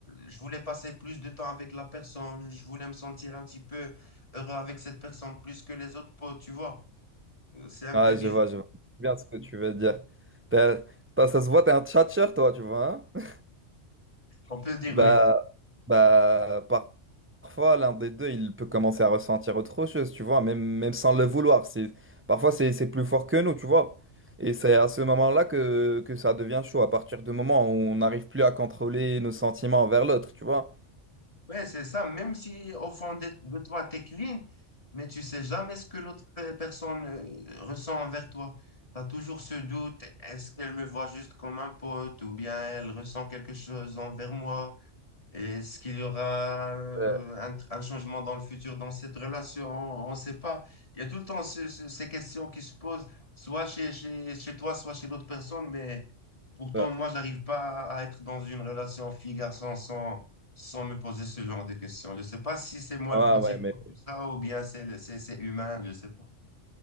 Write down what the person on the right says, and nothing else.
Ah,
je vois, je vois bien ce que tu veux dire. T'as- t'as- ça se voit, t'es un tchatcheur, toi, tu vois. hein
<laughs>
Bah,
bah, par- Parfois, l'un des deux, il peut commencer à ressentir autre chose, tu vois, même, même sans le vouloir. C'est, parfois, c'est, c'est plus fort que nous, tu vois. Et c'est à ce moment-là que, que ça devient chaud, à partir du moment où on n'arrive plus à contrôler nos sentiments envers l'autre, tu vois.
Ouais,
ouais,
ouais,
ouais, mais